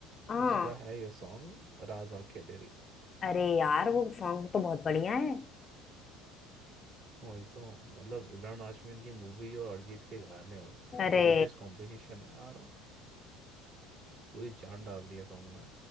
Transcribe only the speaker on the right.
उसका है ये सॉन्ग राज आंखें तेरी
वही तो मतलब इमरान हाशमी की मूवी और अरिजीत के गाने हो
डेडलीस्ट कॉम्बिनेशन है यार पूरी जान डाल दी है सॉन्ग में